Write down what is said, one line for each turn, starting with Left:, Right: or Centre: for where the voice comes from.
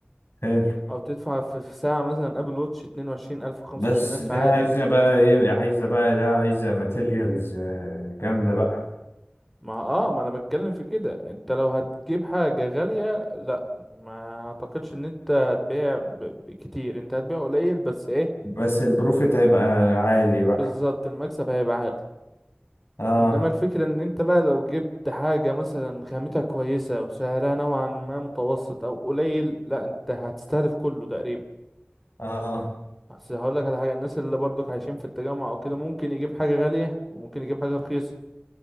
Left: حلو
Centre: او تدفع في في ساعه مثلا ابل واتش 22000 25000
Left: بس ده
Centre: عادي
Left: عايزة بقى ايه عايزة بقى ده عايزة ماتيريالز جامدة بقى
Centre: ما اه ما انا بتكلم في كده انت لو هتجيب حاجه غاليه لا ما اعتقدش ان انت هتبيع ب- بكتير انت هتبيع قليل بس ايه
Left: بس البروفيت هيبقى عالي بقى
Centre: بالظبط المكسب هيبقى عالي
Left: اه
Centre: انما الفكرة ان انت بقى لو جبت حاجة مثلا خامتها كويسة وسعرها نوعا ما متوسط او قليل لا انت هتستهدف كله تقريبا
Left: اه
Centre: بس هقولك على حاجة الناس اللي برضك عايشين في التجمع او كده ممكن يجيب حاجة غالية وممكن يجيب حاجة رخيصة